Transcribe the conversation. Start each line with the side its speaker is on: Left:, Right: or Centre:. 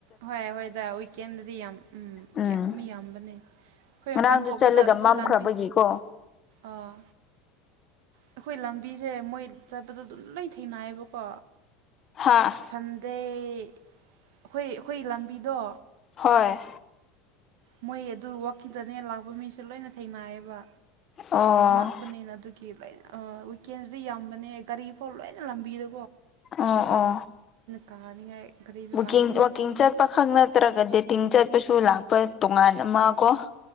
Right: ꯍꯣꯏ ꯍꯣꯏꯗ ꯋꯤꯀꯦꯟꯗꯗꯤ ꯌꯥꯝ ꯎꯝ
Left: ꯎꯝ
Right: ꯌꯥꯝꯃꯤ ꯌꯥꯝꯕꯅꯦ ꯑꯩꯈꯣꯏ
Left: ꯉꯔꯥꯡꯗꯨ
Right: ꯃꯄꯥꯟ ꯊꯣꯛꯄꯗ
Left: ꯆꯠꯂꯒ
Right: ꯁꯤ
Left: ꯃꯝꯈ꯭ꯔꯕꯒꯤꯀꯣ
Right: ꯂꯥꯝꯕꯤ ꯑꯥ ꯑꯩꯈꯣꯏ ꯂꯝꯕꯤꯖꯦ ꯃꯣꯏ ꯆꯠꯄꯗꯦ ꯑꯗꯨꯝ ꯂꯣꯏ ꯊꯦꯡꯅꯌꯦꯕꯀꯣ
Left: ꯍꯥꯥ
Right: ꯁꯟꯗꯦ ꯑꯩꯈꯣꯏ ꯑꯩꯈꯣꯏꯒꯤ ꯂꯝꯕꯤꯗꯣ
Left: ꯍꯣꯏ
Right: ꯃꯣꯏ ꯑꯗꯨ ꯋꯥꯛꯀꯤꯡ ꯆꯠꯅꯉꯐ ꯂꯥꯛꯄ ꯃꯤꯁꯨ ꯂꯣꯏꯅ ꯊꯦꯡꯅꯥꯥꯏꯌꯦꯕ
Left: ꯑꯣ
Right: ꯉꯥꯛꯄꯅꯤꯅ ꯑꯗꯨꯒꯤ ꯂꯣꯏꯅ ꯋꯤꯀꯦꯟꯗꯤ ꯌꯥꯝꯕꯅꯦ ꯒꯥꯔꯤ ꯐꯥꯎ ꯂꯣꯏꯅ ꯂꯝꯕꯤꯗ
Left: ꯑꯣ ꯑꯣ
Right: ꯀꯥꯅꯤꯡꯉꯥꯏ ꯒꯥꯔꯤꯗ
Left: ꯋꯀꯤꯡ
Right: ꯂꯥꯛꯄꯗꯣ
Left: ꯋꯀꯤꯡ ꯆꯠꯄ ꯈꯛ ꯅꯠ ꯅꯠꯇ꯭ꯔꯒ ꯗꯦ ꯇꯤꯡ ꯆꯠꯄꯁꯨ ꯂꯥꯛꯄ ꯇꯣꯉꯥꯟ ꯑꯃ ꯀꯣ